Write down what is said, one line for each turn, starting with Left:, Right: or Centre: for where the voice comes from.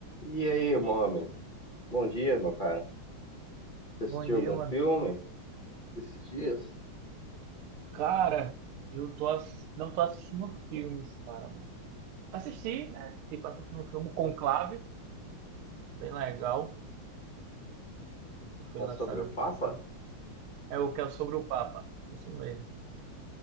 Left: E aí, Mohamed? Bom dia, meu cara. Você assistiu
Right: Bom dia,
Left: algum
Right: mano.
Left: filme esses dias?
Right: Cara, eu tô ass- não tô assistindo filmes, cara, mas assisti, né? Tipo, assisti um filme Conclave, bem legal, que foi
Left: Ah,
Right: lançado
Left: sobre o
Right: ano
Left: Papa?
Right: passado. É o que é sobre o Papa. Isso mesmo.